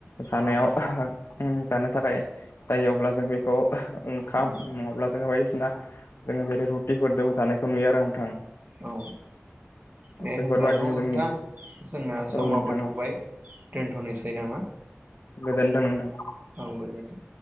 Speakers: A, on the left (about 65°); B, on the right (about 40°).
A: जानायाव
B: औ
A: जानो थाखाय जायो अब्ला जों बेखौ ओंखाम
B: औ
A: नङाब्ला जोङो बायदिसिना जोङो जेरै रुटिफोरदो जानाय खौ नुयो आरो नोंथां ।
B: औ दे
A: बेफोरबायदिनो
B: होमब्ला न' नोंथां
A: जोंनि
B: जोंना समाबो
A: औ नोंथां
B: थौबाय।
A: औ
B: दोन्थ'नोसै नामा?
A: गोजोन्थों नोंथा।
B: औ गोजोन्थों।